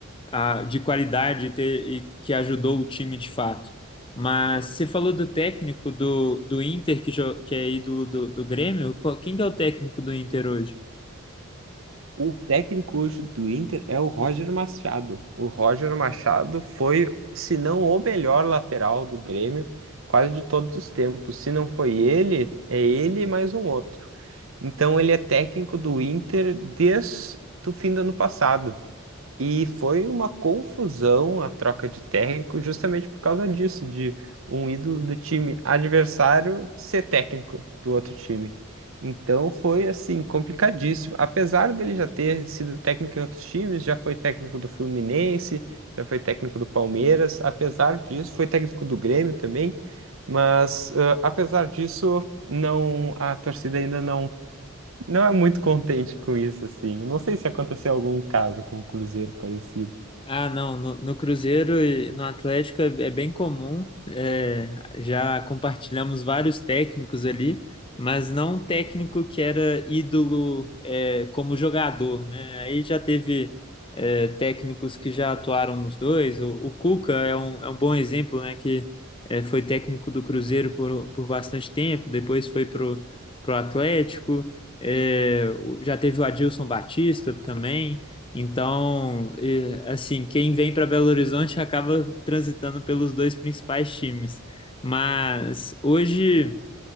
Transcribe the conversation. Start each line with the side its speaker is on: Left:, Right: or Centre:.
Left: ah, de qualidade e ter- e que ajudou o time de fato. Mas você falou do técnico do, do Inter, que, jo- que é ídolo do, do Grêmio. Qual- Quem que é o técnico do Inter hoje?
Right: O técnico hoje do Inter é o Roger Machado. O Roger Machado foi, se não o melhor lateral do Grêmio, quase de todos os tempos. Se não foi ele, é ele e mais um outro. Então ele é técnico do Inter desde o fim do ano passado. E foi uma confusão a troca de técnico justamente por causa disso, de um ídolo do time adversário ser técnico do outro time. Então foi assim, complicadíssimo. Apesar dele já ter sido técnico em outros times, já foi técnico do Fluminense, já foi técnico do Palmeiras, apesar disso, foi técnico do Grêmio também, mas eh, apesar disso, não a torcida ainda não não é muito contente com isso, assim. Não sei se aconteceu algum caso com o Cruzeiro parecido.
Left: Ah, não, no, no Cruzeiro e no Atlético é, é bem comum, é, já compartilhamos vários técnicos ali, mas não um técnico que era ídolo, é, como jogador, né? Aí já teve, é, técnicos que já atuaram nos dois, o, o Cuca é um, é um bom exemplo, né? Que é, foi técnico do Cruzeiro por, por bastante tempo, depois foi pro, pro Atlético, é, o- já teve o Adilson Batista também. Então, e, assim, quem vem para Belo Horizonte acaba transitando pelos dois principais times. Mas hoje,